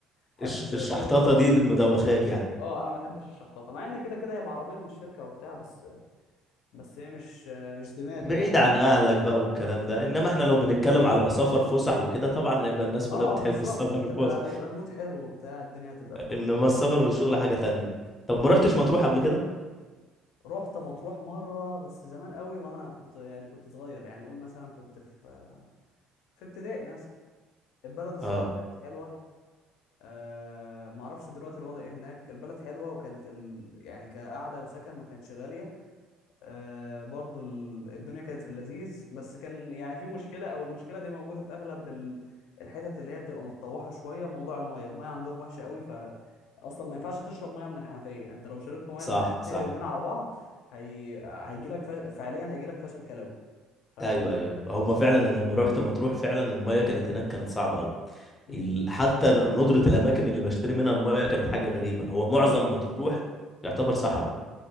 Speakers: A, on the left; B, on the left.
A: بحب
B: الش-
A: ش-
B: الشحطاطة
A: شغل
B: دي مدوخاك يعني
A: اه انا ما بحبش الشحطاطه مع ان كده كده هي بعربيه من الشركه وبتاع بس بس هي مش مش دماغي
B: بعيد
A: يعني
B: عن اهلك بقى والكلام ده انما احنا لو بنتكلم على سفر فسح وكده طبعا يبقى الناس كلها
A: اه
B: بتحب
A: اه بالظبط
B: السفر
A: هتبقى
B: <laughs> الفسح
A: هيبقى المود حلو وبتاع الدنيا هتبقى في اللطيف
B: انما السفر للشغل حاجة تانية طب ما رحتش مطروح قبل كده
A: رحت مطروح مرة بس زمان قوي وانا كنت يعني كنت صغير يعني اقول مثلا كنت في في ابتدائي مثلا البلد الصراحة
B: اه
A: كانت حلوة أه ما اعرفش دلوقتي الوضع ايه هناك البلد حلوة وكانت ال... يعني كقعدة وسكن ما كانتش غالية آه برضو ال- الدنيا كانت في اللذيذ بس كان يعني في مشكلة او المشكلة دي موجودة في اغلب ال- الحتت اللي هي بتبقى متطوحة شوية موضوع المية المية عندهم وحشة قوي ف اصلا ما ينفعش تشرب مية من الحنفية انت لو شربت مية
B: صح
A: من الحنفية
B: صح
A: يومين على بعض هي... هيجي لك فش... فعليا هيجي لك فشل كلوي ف <laughs>
B: ايوه ايوه ايوه هم فعلا انا لما رحت مطروح فعلا المايه كانت هناك كانت صعبه قوي
A: امم
B: ال... حتى ندره الاماكن اللي بشتري منها المايه كانت حاجه غريبه هو معظم مطروح يعتبر صحراء